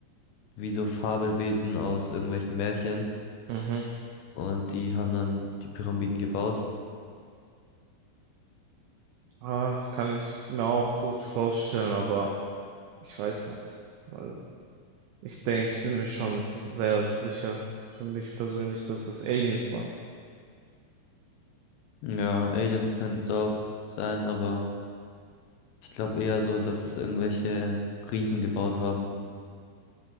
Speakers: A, on the left; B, on the right.
A: wie so Fabelwesen aus irgendwelchen Märchen.
B: Mhm.
A: Und die haben dann die Pyramiden gebaut.
B: Ah, das kann ich mir auch gut vorstellen, aber ich weiß nicht. Also ich denke, ich bin mir schon sehr sicher, für mich persönlich, dass es Aliens waren.
A: Ja, Aliens könnten es auch sein, aber ich glaube eher so, dass es irgendwelche Riesen gebaut haben.